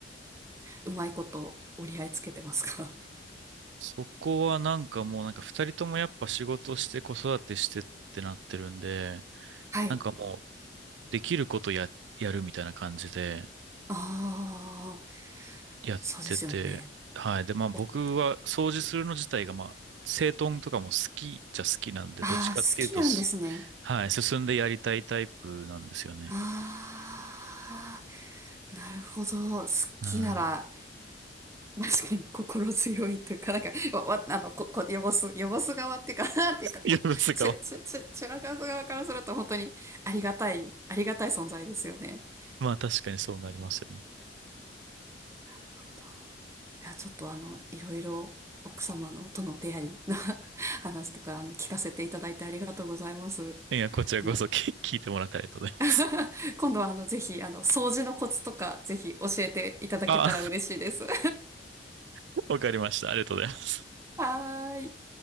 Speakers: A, on the right (about 15°); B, on the right (about 80°).
A: う、うまいこと折り合いつけてますか
B: そこはなんかもうなんか二人ともやっぱ仕事して子育てしてってなってるんで、
A: <laughs> はい。
B: なんかもうできることや、やるみたいな感じで
A: ああ、
B: やってて、
A: そうですよね。
B: はい。で、まあ僕は掃除するの自体がまあ、
A: お、あ
B: 整頓とかも好きじゃ好きなんで、
A: あ、
B: どっちかっていうとす、
A: 好きなんですね。
B: はい、進んでやりたいタイプなんですよね。
A: ああ、なるほど。好きなら、
B: は
A: 確かに心強いというか、なんか、わ、わあの、こ、こ、汚す、汚す側っていうか、<laughs> なんていうか、こう、
B: い。いや、ですが、
A: ちゅ、ちゅ、ちゅ、ちゅらかす側からすると本当にありがたい、ありがたい存在ですよね。
B: まあ確かにそうなりますよね。
A: うんなるほどいや、ちょっとあの、いろいろ奥様のとの出会いの <laughs> 話とか、あの、聞かせていただいてありがとうございます。
B: いや、こちらこそ聞聞いてもらってありがとうございます。
A: あの、<laughs> 今度はあの、ぜひ、あの、掃除のコツとか、ぜひ教えていただけたら嬉しいです。
B: あ、
A: <laughs> は
B: <laughs> わかりました。ありがとうございます。
A: ーい。